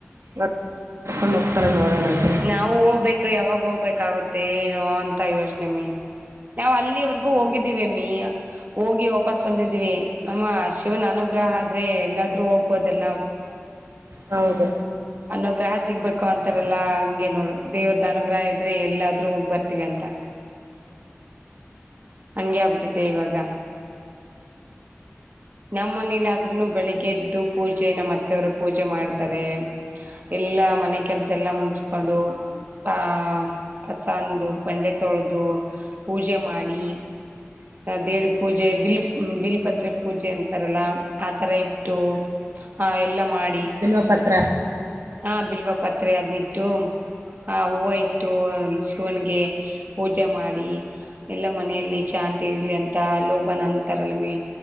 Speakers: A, on the right; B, on the right.
A: ಹೋಗ್ತಾರ ನೋಡೋಣಗೆ
B: ನಾವು ಹೋಗ್ಬೇಕು ಯಾವಾಗ ಹೋಗ್ಬೇಕಾಗುತ್ತೆ ಏನೋ ಅಂತ ಯೋಚನೆ ಮ ನಾವವು ಅಲ್ಲಿವರ್ಗೂ
A: ಹ್ಮ್
B: ಹೋಗಿದ್ದಿವವ ಮಿ ಹೋಗಿ ಹೋಗ ವಾಪಸ್
A: ಹ್ಮ್
B: ಬಂದಿದೀವಿ ನಮ್ಮ ಶಿವನ ಅನುಗ್ರಹ
A: ಹ್ಮ್
B: ಆದ್ರೆ ಎಲ್ಲಾದ್ರೂ ಹೋಗ್ಬೋದಲ್ಲ
A: ಹೌದ
B: ಅನ್ನೋ ಗ್ರಹ ಸಿಗ್ಬೇಕು ಅಂತಾರಲ್ಲಾ ಹಂಗೆ ನೋಡು ದೇವ್ರದ ಅನುಗ್ರಹ ಇದ್ರೆ ಎಲ್ಲಾದ್ರೂ ಹೋಗ್ ಬರ್ತಿವಿ ಅಂತ ಹಂಗೆ ಆಗ್ಬಿಟ್ಟಿತೆ ಇವಾಗ. ನಮ್ ಮನೇಲಿ ಆದ್ ತ್ರುನು ಬೆಳಿಗ್ಗೆ ಎದ್ದು ಪೂಜೆ ನಮ್ಮ ಅತ್ತೆವರು ಪೂಜೆ ಮಾಡ್ತಾರೆ ಎಲ್ಲ ಮನೆ ಕೆಲ್ಸ ಎಲ್ಲಾ ಮುಗಿಸಕೊಂಡು ತಾ ಕಸಂದು ಬಂಡೆ ತೊಳೆದು ಪೂಜೆ ಮಾಡಿ. ಅ ದೇವ್ರಿಗ್ ಪೂಜೆ ಬಿಲ್ ಬಿಲ್ಪತ್ರೆ ಪೂಜೆ ಅಂತಾರಲ್ಲ ಆತರ ಇಟ್ಟು. ಹಾ ಎಲ್ಲ ಮಾಡಿ
A: ಬಿಲ್ವ ಪತ್ರ.
B: ಹಾ ಬಿಲ್ವಾ ಪಾತ್ರೆ ಅದ್ನಿಟ್ಟು ಆ ಹೂವ ಇಟ್ಟು ಶಿವನಿಗೆ. ಪೂಜೆ ಮಾಡಿ ಎಲ್ಲ ಮನೆಯಲ್ಲಿ ಶಾಂತಿ ತೆ ಇರ್ಲಿ ಅಂತ ಲೋಭನ ಅಂತಾರಲ್ಲ ಮೀ